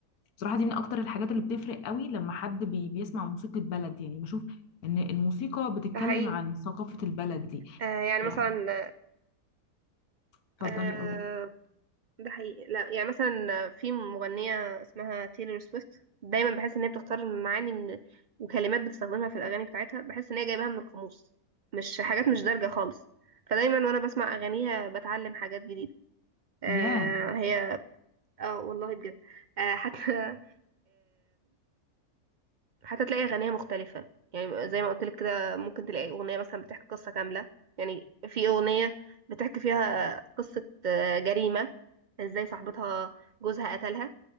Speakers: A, on the left; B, on the right.
A: بصراحة دي من أكتر الحاجات اللي بتفرق قوي لما حد بي بيسمع موسيقى بلد يعني بشوف ان الموسيقى بتتكلم
B: ده حقيقي
A: عن ثقافة البلد دي
B: آه يعني
A: يعني
B: مثلا
A: اتفضلي
B: آه
A: اه
B: ده حقيقي لا يعني مثلا في مغنية اسمها تايلور سويفت دايما بحس ان هي بتختار معاني من وكلمات بتستخدمها في الاغاني بتاعتها بحس ان هي جايباها من القاموس مش حاجات مش دارجة خالص فدايما وانا بسمع اغانيها بتعلم حاجات جديدة آه
A: ياه
B: هي اه والله بجد آه حتى حتى تلاقي أغنية مختلفة يعني زي ما قلت لك كده ممكن تلاقي أغنية مثلا بتحكي قصة كاملة يعني في أغنية بتحكي فيها قصة آه، جريمة ازاي صاحبتها جوزها قتلها